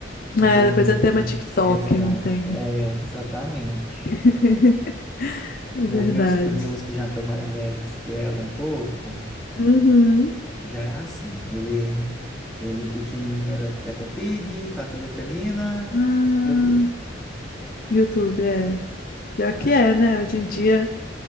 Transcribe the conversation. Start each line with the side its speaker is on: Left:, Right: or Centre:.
Centre: não
Left: É,
Centre: tem
Left: depois
Centre: muito
Left: é tema TikTok,
Centre: esse resgate.
Left: não tem.
Centre: É, exatamente.
Left: <laughs> É
Centre: Meu-
Left: verdade.
Centre: meus primos que já estão mais velhos que ela um pouco,
Left: Uhum.
Centre: já é assim. Ele, ele pequenininho era Peppa Pig, Patrulha Canina,
Left: Ah,
Centre: YouTube.
Left: YouTube, é. Pior
Centre: Acabou.
Left: que é, né? Hoje em
Centre: É,
Left: dia